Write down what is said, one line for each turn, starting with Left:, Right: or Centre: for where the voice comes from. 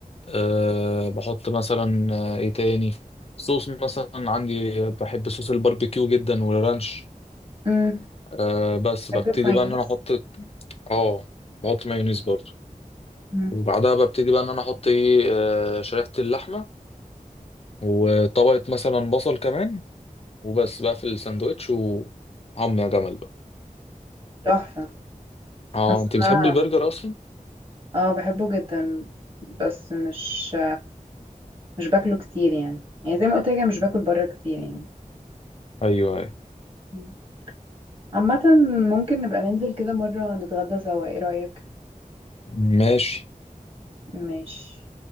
Left: أه بحط مثلا آه، ايه تاني صوص مثلا عندي آه، بحب صوص الباربيكيو جدا والرانش
Right: مم.
Left: أه بس
Right: بحب
Left: ببتدي
Right: المايونيز
Left: بقى ان انا احط اه بحط مايونيز برضو
Right: مم.
Left: وبعدها ببتدي بقى ان انا احط ايه آه، شريحة اللحمة وطبقة مثلا بصل كمان وبس بقى في الساندوتش وعم يا جمل بقى
Right: تحفة
Left: اه
Right: حاسة
Left: انت
Right: ان
Left: بتحب
Right: انا
Left: البرجر اصلا
Right: اه بحبه جدا بس مش مش باكله كتير يعني يعني زي ما قلت لك أنا مش باكل بره كتير يعني
Left: ايوه ايوه
Right: مم. عامة ممكن نبقى ننزل كده مرة نتغدى سوا ايه رأيك
Left: ماشي
Right: ماشي